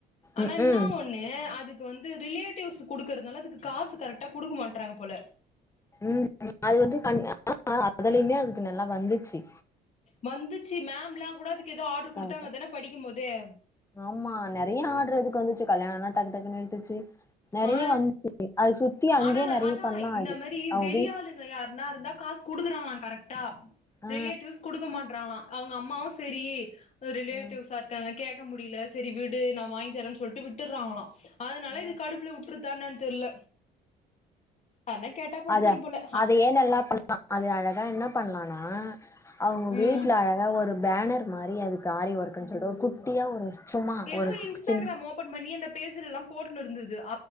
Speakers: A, on the left (about 45°); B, on the left (about 15°).
A: ஆனா
B: ம்
A: என்ன
B: ம் ம்
A: ஒன்னு அதுக் வந்து ரிலேட்டிவ்ஸ் குடுக்கறதுனால அதுக்கு காசு கரெக்டா குடுக்க மாட்றாங்க போல
B: ம் ம் அது வந்து தனியா ஆனா அதுலயுமே அதுக்கு நல்லா வந்திச்சி
A: வந்துச்சி மேம்லா கூட அதுக்கு எதோ ஆடர் குடுத்தாங்கதானே
B: கரெக்டா
A: படிக்குமோதே
B: ஆமா நெறய ஆடர் அதுக்கு வந்துச்சு கல்யாணனா டக்கு டக்கு எடுத்துச்சு நெறைய
A: ஆ
B: வந்துச்சு அது சுத்தி அங்கேயே
A: ஆனா
B: நெறைய
A: அதா
B: பண்ணா
A: இந்த
B: அது
A: மாரி
B: அவ
A: வெளியாளுங்க
B: வீட்
A: யாருனா இருந்தா காஸ் குடுக்குறாங்களா கரெக்டா
B: ஆ
A: ரிலேட்டிவ்ஸ் குடுக்க மாட்றாங்களா அவுங்கம்மாவு செரி பு ரிலேட்டிவ்ஸா
B: ஆ ஆ
A: இருக்காங்க கேக்க முடில செரி விடு நா வாங்கி தரேன் சொல்லிட்டு விட்டுறாங்களா அதனால
B: ஆ
A: இது கடுப்புல வுட்டுருச்சா என்னன் தெர்ல யார்னா கேட்டா போட்டு
B: அத
A: தரும் போல ஆ
B: அதேயே நல்லா பண்லா அது அழகா என்ன பண்லானா அவுங்க
A: ம்
B: வீட்ல அழகா ஒரு பேனர் மாரி அதுக்கு ஆரி ஒர்க்குன்னு சொல்ட்டு ஒரு குட்டியா ஒரு சும்மா
A: எதோ
B: ஒரு
A: இன்ஸ்டாகிராம்
B: சின்
A: ஓபன் பண்ணி அந்த பேஜ்லலெல்லா போட்டுணுருந்துது